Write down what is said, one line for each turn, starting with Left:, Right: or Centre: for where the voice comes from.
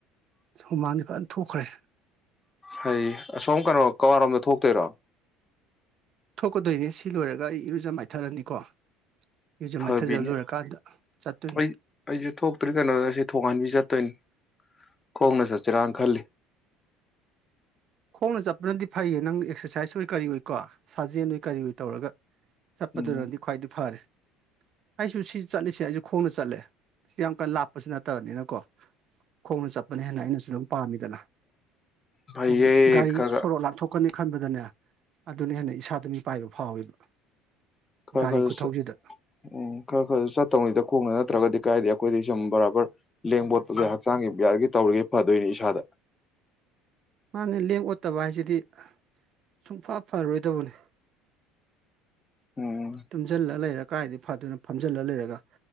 Right: ꯍꯨꯃꯥꯡꯗꯤ ꯐꯖꯅ ꯊꯣꯛꯈ꯭ꯔꯦ
Left: ꯍꯩ ꯑꯁꯣꯝ ꯀꯔꯣ ꯀꯥꯋꯥꯔꯣꯝꯗ ꯊꯣꯛꯇꯣꯏꯔꯣ
Right: ꯊꯣꯛꯀ ꯗꯨꯏꯅꯦ ꯁꯤ ꯂꯣꯏꯔꯒ ꯑꯩ ꯏꯔꯨꯖ ꯃꯥꯏꯊꯔꯅꯤꯀꯣ ꯏꯔꯨꯖ ꯃꯥꯏꯊꯖ
Left: ꯐꯕꯤꯅꯤ
Right: ꯂꯣꯏꯔꯀꯥꯟꯗ ꯆꯠꯇꯣꯏꯅꯦ
Left: ꯑꯩ ꯑꯩꯁꯦ ꯊꯣꯛꯇ꯭ꯔꯤ ꯀꯩꯅꯣꯗ ꯑꯩꯁꯦ ꯊꯣꯡꯍꯟꯕꯤ ꯆꯠꯇꯣꯏꯅꯤ ꯈꯣꯡꯅ ꯆꯠꯁꯤꯔꯥꯟ ꯈꯜꯂꯤ
Right: ꯈꯣꯡꯅ ꯆꯠꯄꯅꯗꯤ ꯐꯩꯌꯦ ꯅꯪ ꯑꯦꯛꯁꯔꯁꯥꯏꯁ ꯑꯣꯏ ꯀꯔꯤ ꯑꯣꯏꯀꯣ ꯁꯥꯖꯦꯜꯑꯣꯏ ꯀꯔꯤꯑꯣꯏ ꯇꯧꯔꯒ ꯆꯠꯄꯗꯨꯅꯗꯤ
Left: ꯎꯝ
Right: ꯈ꯭ꯋꯥꯏꯗꯤ ꯐꯔꯦ ꯑꯩꯁꯨ ꯁꯤ ꯆꯠꯂꯤꯁꯦ ꯑꯩꯁꯨ ꯈꯣꯡꯅ ꯆꯠꯂꯦ ꯌꯥꯝ ꯀꯟꯅ ꯂꯥꯞꯄꯁꯤ ꯅꯠꯇꯕꯅꯤꯅꯀꯣ ꯈꯣꯡꯅ ꯆꯠꯄꯅꯦ ꯍꯦꯟꯅ ꯑꯩꯅꯁꯨ ꯑꯗꯨꯝ ꯄꯥꯝꯃꯤ ꯗꯅ
Left: ꯐꯩꯌꯦ
Right: ꯑꯗꯨꯅꯦ ꯒꯥꯔꯤ
Left: ꯈꯔ
Right: ꯁꯣꯔꯣꯛ ꯂꯥꯟꯊꯣꯛ ꯀꯅꯤ ꯈꯟꯕꯗꯅꯦ ꯑꯗꯨꯅ ꯍꯦꯟꯅ ꯏꯁꯥꯗꯨ ꯃꯤꯄꯥꯏꯕ ꯐꯥꯎꯋꯦꯕ
Left: ꯈꯔ
Right: ꯒꯥꯔꯤ
Left: ꯈꯔ
Right: ꯈꯨꯊꯧꯁꯤꯗ
Left: ꯆꯠ ꯎꯝ ꯈꯔ ꯈꯔꯁꯨ ꯆꯠꯇꯧꯅꯤꯗ ꯈꯣꯡꯅ ꯅꯠꯇ꯭ꯔꯒꯗꯤ ꯀꯥꯏꯗ ꯀꯣꯏ ꯁꯨꯝ ꯕꯔꯥꯕꯔ ꯂꯦꯡꯕꯣꯠꯄꯁꯦ ꯍꯛꯆꯥꯡꯒꯤ ꯕꯤꯌꯔꯒꯤ ꯇꯧꯔꯤꯒ ꯐꯗꯣꯏꯅꯤ ꯏꯁꯥꯗ
Right: ꯃꯥꯅꯦ ꯂꯦꯡ ꯑꯣꯠꯇꯕ ꯍꯥꯏꯁꯤꯗꯤ ꯁꯨꯡꯐ ꯐꯔꯔꯣꯏꯗꯧꯕꯅꯤ
Left: ꯎꯝ
Right: ꯇꯨꯝꯖꯜꯂ ꯂꯩꯔ ꯀꯥꯏꯗꯩ ꯐꯗꯣꯏꯅꯣ ꯐꯝꯖꯤꯜꯂ ꯂꯩꯔꯒ